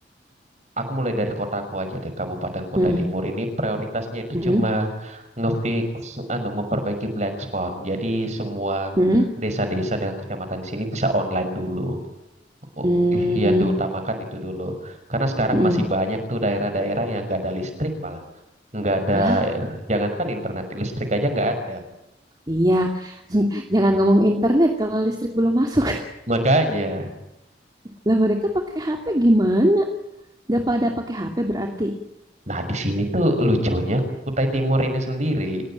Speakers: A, on the right (about 40°); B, on the right (about 20°).
A: aku mulai dari kotaku aja deh Kabupaten Kutai
B: hmm,
A: Timur ini prioritasnya itu
B: hmm, hmm,
A: cuma ngefix anu memperbaiki blank spot. Jadi semua
B: hmm,
A: desa-desa dan kecamatan di sini bisa online dulu. U-
B: hmm.
A: Yang diutamakan
B: hmm,
A: itu dulu. Karena sekarang
B: hmm.
A: masih banyak tuh daerah-daerah yang gak ada listrik malah. nggak ada
B: Lah,
A: jangankan internet listrik aja nggak ada
B: iya. <laughs> Jangan ngomong internet kalau listrik belum masuk.
A: makanya
B: Lah mereka pakai HP gimana? Gak pada pakai HP berarti.
A: nah di sini tuh lucunya Kutai Timur ini sendiri